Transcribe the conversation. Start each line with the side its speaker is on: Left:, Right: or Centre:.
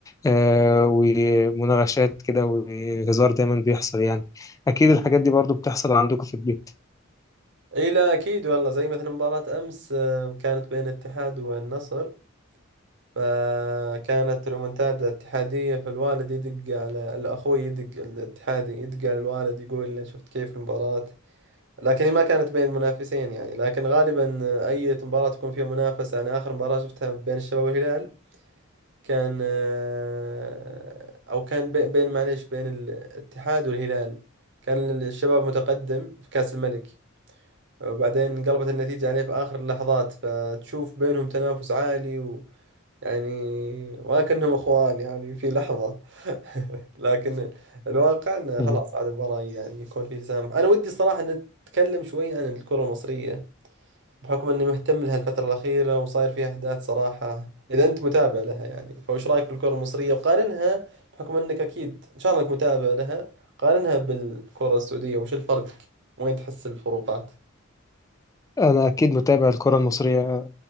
Left: آه ومناغشات كده وهزار دايما بيحصل يعني أكيد الحاجات دي برضو بتحصل عندكم في البيت
Right: اي لا اكيد والله زي مثلا مباراة امس آه، كانت بين الاتحاد والنصر فكانت ريمونتادا اتحادية فالوالد يدق على الاخوي يدق الاتحادي يدق على الوالد يقول له شفت كيف المباراة لكن هي ما كانت بين منافسين يعني لكن غالبا آه، اي مباراة تكون فيها منافسة يعني اخر مباراة شفتها بين الشباب والهلال كان آه، او كان بي- بين معليش بين الاتحاد والهلال كان الشباب متقدم في كأس الملك وبعدين انقلبت النتيجة عليه في آخر اللحظات فتشوف بينهم تنافس عالي و يعني وكأنهم اخوان يعني في لحظة <laughs> لكن الواقع انه
Left: مم.
Right: خلاص بعد المباراة يعني يكون في تسامح انا ودي الصراحة نتكلم شوي عن الكرة المصرية بحكم اني مهتم لها الفترة الأخيرة وصاير فيها احداث صراحة اذا انت متابع لها يعني فوش رايك بالكرة المصرية وقارنها بحكم انك اكيد ان شاء الله انك متابع لها قارنها بالكرة السعودية وش الفرق وين تحس الفروقات
Left: أنا أكيد متابع الكرة المصرية